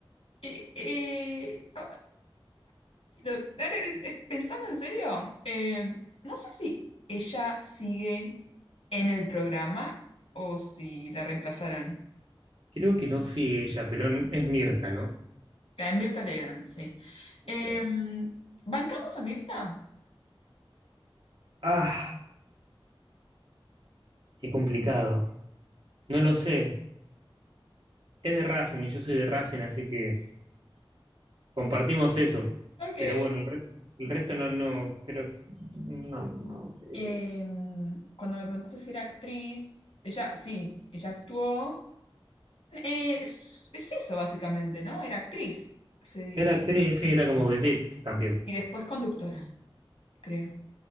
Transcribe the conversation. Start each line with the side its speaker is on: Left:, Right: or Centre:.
Left: eh, eh, ah, Pero, ahora, eh, Pensando en serio, eh, no sé si ella sigue en el programa o si la reemplazaron.
Right: Creo que no sigue ella, pero n- es Mirta, ¿no?
Left: A Mirta Legrand, sí.
Right: Ok.
Left: Em, ¿bancamos a Mirta?
Right: Ah, qué complicado. No lo sé. Es de Racing y yo soy de Racing, así que compartimos eso.
Left: Ok.
Right: Pero bueno, el, re- el resto no, no, creo. No, no. eh.
Left: Em, cuando me preguntaste si era actriz, ella, sí, ella actuó. Eh, es, es eso básicamente, ¿no? Era actriz, se dedicó.
Right: Era actriz, sí, era como vedette también.
Left: Y después conductora, creo.